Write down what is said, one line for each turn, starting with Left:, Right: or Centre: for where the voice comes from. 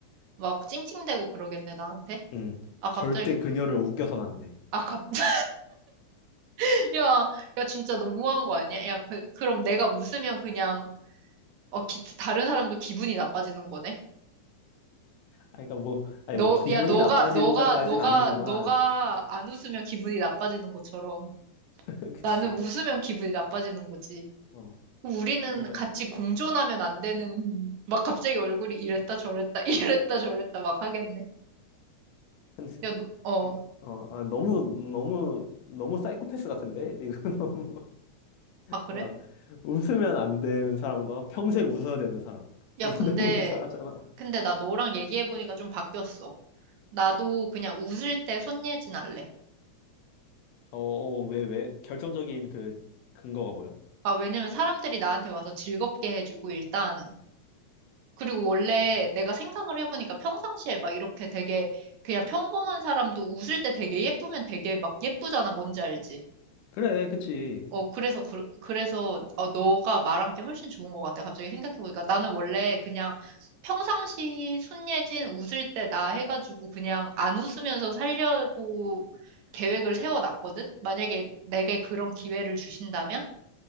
Right: 막 찡찡대고 그러겠네 나한테?
Left: 음,
Right: 아 갑자기
Left: 절대 그녀를 웃겨선 안 돼.
Right: 아 갑자기 <laughs> 야 야 진짜 너무한 거 아니야? 야 그, 그럼 내가 웃으면 그냥 어 기- 다른 사람도 기분이 나빠지는 거네?
Left: 아니, 그러니까 뭐, 아니,
Right: 너,
Left: 뭐, 기분이
Right: 야, 너가,
Left: 나빠진다까지는
Right: 너가, 너가,
Left: 아니지만,
Right: 너가 안 웃으면 기분이 나빠지는 것처럼
Left: <laughs> 그치.
Right: 나는 웃으면 기분이 나빠지는 거지.
Left: 어,
Right: 우리는
Left: 그러니까,
Right: 같이 공존하면 안 되는, 막 갑자기 얼굴이 이랬다 저랬다, <laughs> 이랬다 저랬다 막 하겠네.
Left: 근데,
Right: 야, 너, 어,
Left: 어, 어, 아, 너무, 너무, 너무 사이코패스 같은데? 이거 <laughs> 너무,
Right: 아, 그래?
Left: 막, 웃으면 안 되는 사람과 평생 웃어야 되는 사람.
Right: 야,
Left: 이거
Right: 근데,
Left: <laughs> 너무 이상하잖아.
Right: 근데 나 너랑 얘기해보니까 좀 바뀌었어. 나도 그냥 웃을 때 손예진 할래.
Left: 어, 어, 왜, 왜? 결정적인 그, 근거가 뭐야?
Right: 아, 왜냐면 사람들이 나한테 와서 즐겁게 해주고 일단 그리고 원래
Left: 음.
Right: 내가 생각을 해보니까 평상시에 막 이렇게 되게 그냥 평범한 사람도 웃을 때 되게 예쁘면 되게 막 예쁘잖아. 뭔지 알지?
Left: 그래, 그치.
Right: 어, 그래서, 그, 그래서, 어, 너가 말한 게 훨씬 좋은 것 같아. 갑자기 생각해보니까. 나는 원래 그냥 평상시 손예진 웃을 때 나 해가지고 그냥 안 웃으면서 살려고 계획을 세워놨거든? 만약에 내게 그런 기회를 주신다면?